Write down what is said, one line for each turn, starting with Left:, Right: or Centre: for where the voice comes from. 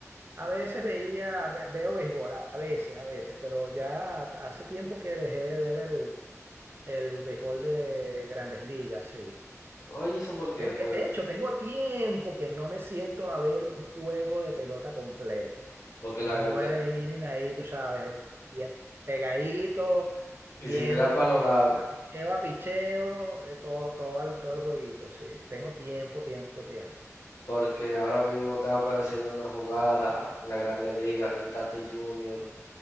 Right: a veces veía, ve- veo béisbol, a a veces, a veces, pero ya hace tiempo que dejé de ver el, el béisbol de grandes ligas, sí.
Left: Oye, ¿eso por qué?
Right: Tengo-
Left: Pues,
Right: eh, de hecho, tengo tiempo que no me siento a ver un juego de pelota completo.
Left: porque
Right: Mis
Left: la grande,
Right: nueve vienen ahí, tú sabes, eh, pegaditos, viéndonos,
Left: y si mira para los
Right: joda,
Left: lados,
Right: picheo a picheo, de todo, todo el, todo el jueguito, sí. Tengo tiempo, tiempo, tiempo.
Left: porque ahora mismo están apareciendo una jugada en la Grande Liga de un Tati Junior,